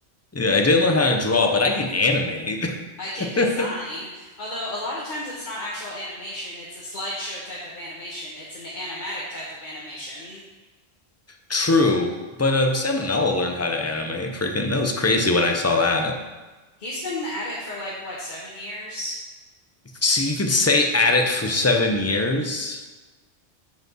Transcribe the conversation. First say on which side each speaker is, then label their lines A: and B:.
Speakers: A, on the left (about 20°); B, on the left (about 45°).
A: Yeah, I didn't learn how to draw, but I can animate.
B: I can
A: <laughs>
B: design. Although a lot of times it's not actual animation, it's a slideshow type of animation, it's an animatic type of animation.
A: True, but um, Salmonella learned how to animate. Freaking, that was crazy when I saw that.
B: He's been at it for like what, seven years?
A: So you could say at it for seven years.